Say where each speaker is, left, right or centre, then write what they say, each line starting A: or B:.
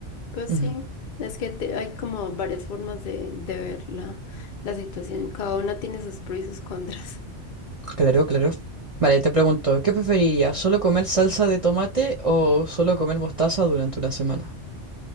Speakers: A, on the left; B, on the right.
A: Pues
B: Ujú.
A: sí, es que te- hay como varias formas de, de ver la, la situación. Cada una tiene sus pros y sus contras. <laughs>
B: Claro, claro. Vale, te pregunto, ¿qué preferirías? ¿Solo comer salsa de tomate o solo comer mostaza durante una semana?